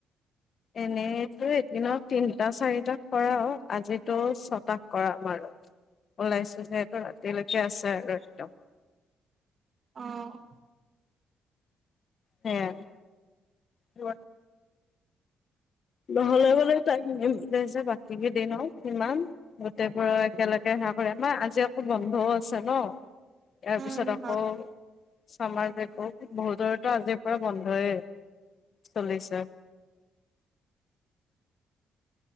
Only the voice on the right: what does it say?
অ'।
উম
হয়